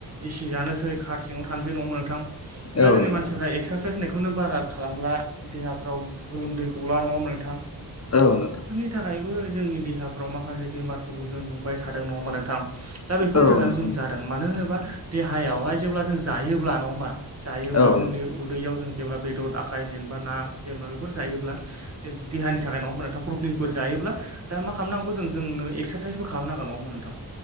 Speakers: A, on the right (about 40°); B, on the left (about 40°).
A: एसि जानोसै खार सिङाव थानोसै नङा नोंथां
B: औ
A: दा जोंनि
B: नोंथां
A: मानसिफ्रा एक्सारसाइस होननायखौनो बारा खालामब्ला देहा फ्राव गोलोमदै गला नङा
B: औ नोंथां
A: बेनि थाखायबो जोंनि देहाफ्राव माखासे बेमारफोरखौ जों नुबाय थादों नङा ओमबा नोंथां? दा बेफोरनि
B: औ
A: थाखायबो
B: नोंथां
A: जों जादों मानो होनोबा देहायावहाय जेब्ला जों जायोब्ला नङा ओमबा। जायोब्ला
B: औ
A: जोंनि
B: नोंथां
A: दैयाव जों जेब्ला बेदर आखाइ जेनबा ना जेनबा बेफोर जायोब्ला जे देहानि थाखाय नङा ओमबा नोंथां प्रटिन फोर जायोब्ला दा मा खालामनांगौ जों जोंनो एक्सारसाइसबो खालामनांगोन नङा नोंथां?